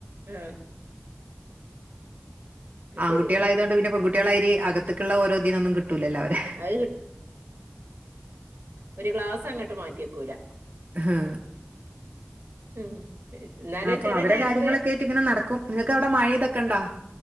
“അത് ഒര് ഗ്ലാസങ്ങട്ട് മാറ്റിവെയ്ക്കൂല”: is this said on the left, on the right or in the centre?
Right